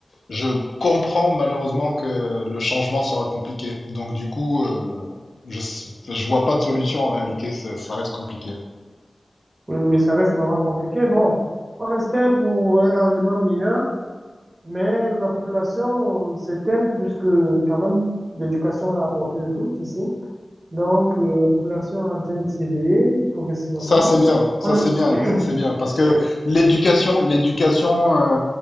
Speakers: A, on the left (about 75°); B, on the right (about 40°).
A: je comprends malheureusement que le changement sera compliqué. Donc du coup, euh, je je vois pas de solution en réalité, ça ça reste compliqué.
B: oui, oui, ça reste vraiment compliqué. Bon, on espère pour un lendemain meilleur, mais la population euh, s'éteint puisque quand même l'éducation est à la portée de tous ici. Donc, euh, la population est en train de s'éveiller progressivement.
A: Ça, c'est bien, ça,
B: On est-
A: c'est bien, ça, c'est bien. Parce que
B: Oui,
A: l'éducation, l'éducation, euh,